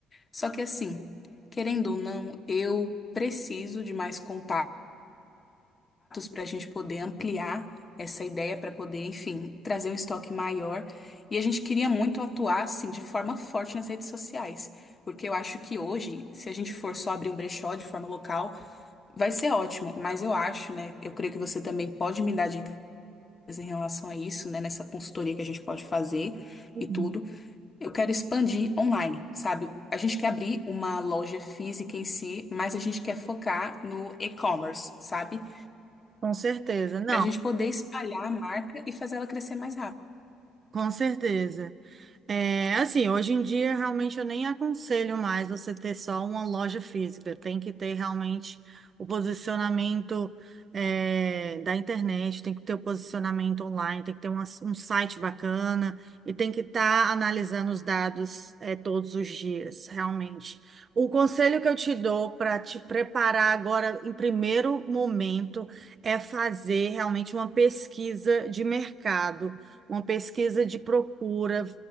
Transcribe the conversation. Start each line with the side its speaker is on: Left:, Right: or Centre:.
Left: Só que assim, querendo ou não, eu preciso de mais contatos para a gente poder ampliar essa ideia, para poder, enfim, trazer um estoque maior. E a gente queria muito atuar, assim, de forma forte nas redes sociais, porque eu acho que hoje, se a gente for só abrir um brechó de forma local, Vai ser ótimo, mas eu acho, né? Eu creio que você também pode me dar dicas em relação a isso, né? Nessa consultoria que a gente pode fazer
Right: Uhum.
Left: e tudo. Eu quero expandir online, sabe? A gente quer abrir uma loja física em si, mas a gente quer focar no e-commerce, sabe?
Right: Com certeza. Não,
Left: Para a gente poder espalhar a marca e fazer ela crescer mais rápido.
Right: com certeza. É, assim, hoje em dia realmente eu nem aconselho mais você ter só uma loja física. Tem que ter realmente o posicionamento é, da internet, tem que ter o posicionamento online, tem que ter uma- um site bacana e tem que estar analisando os dados é, todos os dias, realmente. O conselho que eu te dou para te preparar agora em primeiro momento é fazer realmente uma pesquisa de mercado uma pesquisa de procura,